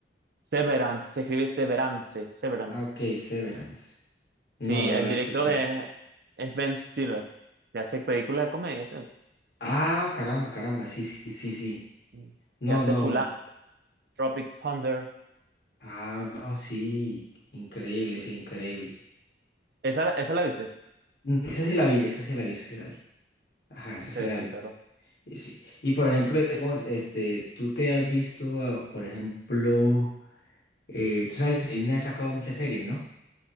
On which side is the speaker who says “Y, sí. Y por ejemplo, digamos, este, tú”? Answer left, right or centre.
Left